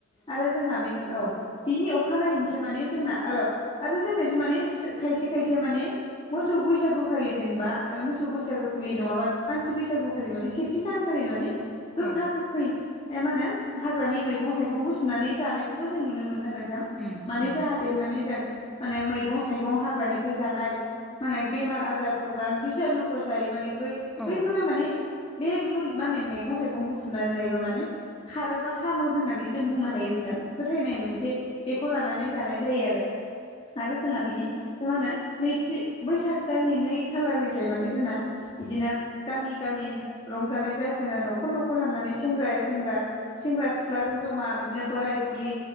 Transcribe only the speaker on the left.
आरो जोहा औ बिनि अखानायैनिफ्राय माने जोंना आरो जोंनियाथ' माने खायसे खायसेया माने मोसौ बैसागुखालि जेनेबा ओ मोसौ बैसागु खुलि नङाबा मानसि बैसागुखालि माने सेथि सानखालिनो माने गोखा
गोखै ओ मा होनो हाग्रानि मैगं थाइगं बुथुमनानै जा थानायखौबो जों नुनो मोनो नोंथां
माने जाहाथे माने जों माने मैगं थाइगं हाग्रानिफ्राय जानाय माने बेमार आजारफोर बा बिजानुफोर जायो माने बै
बैफोरो माने बे मु माने मैगं थाइगं बुथुमना जायोबा माने खारोबा हामो हो होननानै जों बुंनो हायो नोंथां फोथायनाय मोनसे बेखौ लानानै जानाय जायो आरो आरो जोंहा बिनि मा होनो नैथि बैसाग दाननि नै खालारनिफ्राय माने जोंना बिदिनो गामि गामि रंजानाय जायो जोंना न'खर न'खर हाबनानै सेंग्राया सेंग्रा सेंग्रा सिख्लाजों जमा बिदिनो बोराय बुर बुरि